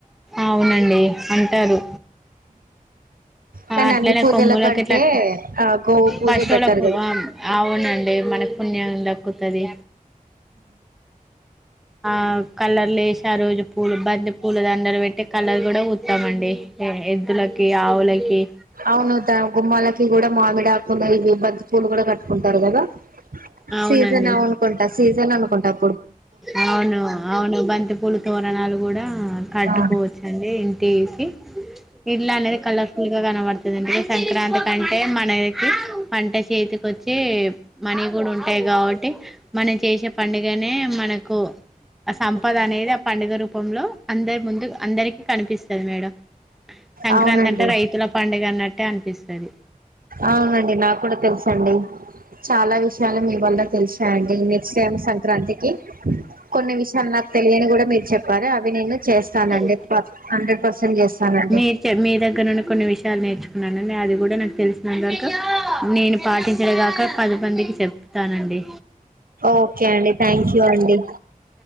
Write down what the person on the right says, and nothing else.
కానీ
అన్ని పూజల
కంటే
ఆ గోవు పూజ
బెటర్ కదా
అవునుదా గుమ్మాల ఇ కూడా మామిడికుండా ఇవి బద్ద పూలు కూడా క ంటారుద
సీజన్ ఉంకుంట సీజన్ అనుకుంటాం
ఆ
అవునండి
అవునండి నాకు కూడా తెలుస అండి చాలా విషయాలు మీ వల్ల తెలుసా అండి నెక్స్ట్ టైం సంక్రాంతికి కొన్ని విషయాలు నాకు తెలియని కూడా మీరు చెప్పారు అవి నేను చేస్తానండి
ప అంటే పసంట్ చేస్తానండి
ఓకే అండి థ్యాంక్ యూ అండి